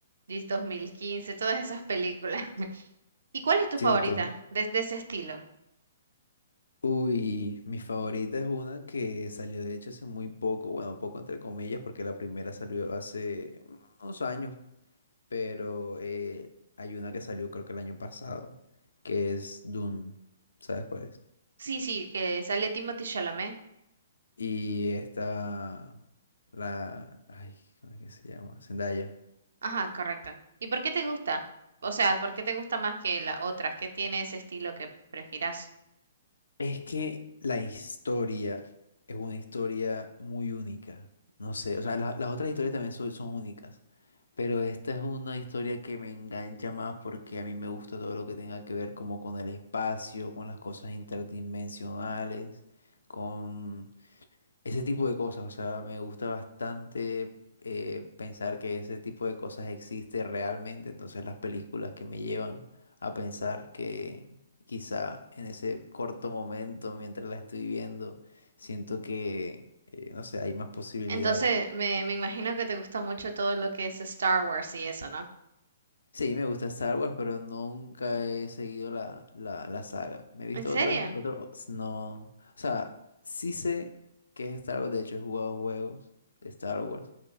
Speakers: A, on the right (about 70°); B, on the left (about 80°).
A: dis- 2015. todas esas películas. ¿Y cuál es tu
B: ¿Cierto?
A: favorita de, de ese estilo?
B: Uy, mi favorita es una que salió de hecho hace muy poco, bueno, poco entre comillas, porque la primera salió hace unos años, pero eh, hay una que salió creo que el año pasado, que es Dune, ¿sabes cuál es?
A: Sí, sí, que sale Timothy Chalamet.
B: Y esta, la, ay, ¿cómo es que se llama? Zendaya.
A: Ajá, correcto. ¿Y por qué te gusta? O sea, ¿por qué te gusta más que las otras? ¿Qué tiene ese estilo que prefieras?
B: Es que la historia es una historia muy única, no sé, o sea, la- las otras historias también son son únicas. Pero esta es una historia que me engancha más porque a mí me gusta todo lo que tenga que ver como con el espacio, con las cosas interdimensionales, con ese tipo de cosas. O sea, me gusta bastante eh, pensar que ese tipo de cosas existe realmente. Entonces las películas que me llevan a pensar que quizá en ese corto momento, mientras la estoy viendo, siento que, eh, no sé, hay más posibilidades.
A: Entonces, me, me imagino que te gusta mucho todo lo que es Star Wars y eso, ¿no?
B: Sí, me gusta Star Wars, pero nunca he seguido la, la, la saga. Me he visto
A: ¿En serio?
B: otras, otros, no. O sea, sí sé que es Star Wars, de hecho he jugado juegos de Star Wars,